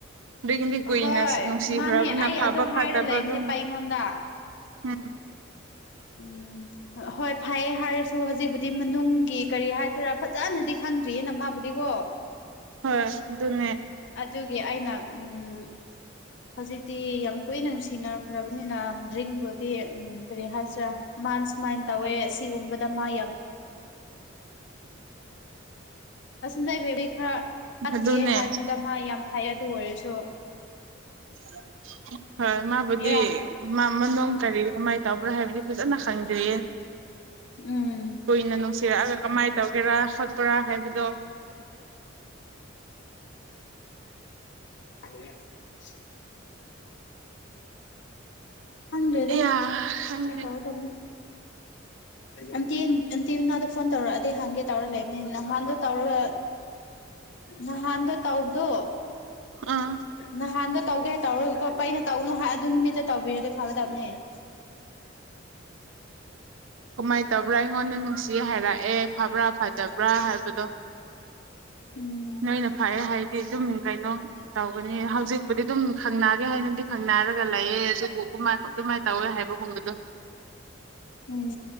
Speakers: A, on the right; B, on the left.
A: ꯑꯗꯨꯏꯒꯤꯗꯤ ꯀꯨꯏꯅ
B: ꯍꯣꯏ
A: ꯅꯨꯡꯁꯤꯈ꯭ꯔꯕꯅ
B: ꯃꯥꯅꯦ ꯑꯩ
A: ꯐꯕ
B: ꯑꯗꯣ ꯍꯥꯏꯔ
A: ꯐꯠꯇꯕ
B: ꯂꯩꯕꯅꯦꯕ
A: ꯑꯗꯨꯝ
B: ꯑꯩꯉꯣꯟꯗ
A: ꯎꯝ
B: ꯎꯝ ꯍꯣꯏ ꯐꯩꯌꯦ ꯍꯥꯏꯔꯁꯨ ꯍꯧꯖꯤꯛꯕꯨꯗꯤ ꯃꯅꯨꯡꯒꯤ ꯀꯔꯤ ꯍꯥꯏ ꯈꯔ ꯐꯖꯅꯗꯤ ꯈꯪꯗ꯭ꯔꯤꯦꯅ ꯃꯥ ꯗꯤꯀꯣ
A: ꯍꯣꯏ ꯑꯗꯨꯅꯦ
B: ꯑꯗꯨꯒꯤ ꯑꯩꯅ ꯎꯝ ꯍꯧꯖꯤꯛꯇꯤ ꯌꯥꯝ ꯀꯨꯏꯅ ꯅꯨꯡꯁꯤꯅꯈ꯭ꯔꯕꯅꯤꯅ ꯗ꯭ꯔꯤꯡꯕꯨꯗꯤ ꯎ ꯀꯔꯤ ꯍꯥꯏ ꯃꯥꯥꯅ ꯁꯨꯃꯥꯏꯅ ꯇꯧꯋꯦ ꯁꯤꯒꯨꯝꯕꯗ ꯃꯥ ꯌꯥꯝ ꯑꯁꯤꯗ ꯑꯩꯕꯦꯕꯗꯤ ꯈꯔ ꯋꯥꯠꯂꯤꯌꯦ
A: ꯑꯗꯨꯅꯦ
B: ꯍꯥꯏꯕꯅꯤꯗ ꯃꯥ ꯌꯥꯝ ꯐꯩ ꯑꯗꯨ ꯑꯣꯏꯔꯁꯨ
A: <inaudible> ꯍꯣꯏ ꯃꯥꯕꯨꯗꯤ
B: ꯃꯦꯔꯥ
A: ꯃꯥ ꯃꯅꯨꯡ ꯀꯔꯤ ꯀꯃꯥꯏꯅ ꯇꯧꯕ꯭ꯔꯥ ꯍꯥꯏꯕꯗꯤ ꯐꯖꯅꯥ ꯈꯪꯗꯦ
B: ꯎꯝ
A: ꯀꯨꯏꯅꯥ ꯅꯨꯡꯁꯤꯔꯛꯑꯒ ꯀꯃꯥꯏꯅ ꯇꯧꯒꯦꯔꯥ ꯈꯣꯠꯄ꯭ꯔꯥ ꯍꯥꯏꯕꯗꯣ
B: <unintelligible> ꯈ‌ꯪꯗꯔ‌ꯦꯗꯥ
A: ꯑꯌꯥ ꯈꯪꯗ꯭ꯔꯦ
B: ꯀꯃꯥꯏ ꯇꯥꯎꯗꯑꯗꯟꯅ‌ꯣ ꯑꯟꯇꯤ ꯑꯟꯇꯤꯅꯥꯗ ꯐꯣꯟ ꯇꯧꯔꯛꯑꯗꯤ ꯍꯪꯒꯦ ꯇꯧꯔ ꯂꯩꯕꯅꯤ ꯅꯍꯥꯟꯗ ꯇꯧꯔꯒ ꯅꯍꯥꯟꯗꯣ ꯇꯥꯎꯕꯗꯣ
A: ꯑꯥ
B: ꯅꯍꯥꯟꯗꯣ ꯇꯧꯒꯦ ꯍꯥꯏ ꯇꯧꯔꯀꯣꯄ ꯑꯩꯅ ꯇꯧꯅꯨ ꯍꯥꯏ ꯑꯗꯨ ꯅꯨꯃꯤꯠꯇ ꯇꯧꯕꯤꯔꯗ ꯐꯒꯗꯕꯅꯦ
A: ꯀꯃꯥꯏꯅ ꯇꯧꯕ꯭ꯔꯥ ꯑꯩꯉꯣꯟꯗ ꯅꯨꯡꯁꯤ ꯍꯥꯏꯔꯛꯑꯦ ꯐꯕ꯭ꯔꯥ ꯐꯖꯕ꯭ꯔꯥ ꯍꯥꯏꯕꯗꯣ
B: ꯎꯝ
A: ꯅꯣꯏꯅ ꯐꯩꯌꯦ ꯍꯥꯏꯗꯤ ꯑꯗꯨꯝ ꯀꯩꯅꯣ ꯇꯧ ꯍꯧꯖꯤꯛꯄꯨꯗꯤ ꯑꯗꯨꯝ ꯈꯪꯅꯒꯦ ꯍꯥꯏꯅꯗꯤ ꯈꯪꯅꯔꯒ ꯂꯩꯑꯦ ꯑꯗꯨꯕꯨ ꯀꯥꯏꯣ ꯑꯗꯨꯃꯥꯏꯅ ꯇꯧꯋꯦ ꯍꯥꯏꯕꯒꯨꯝꯕ ꯗ
B: ꯎꯝ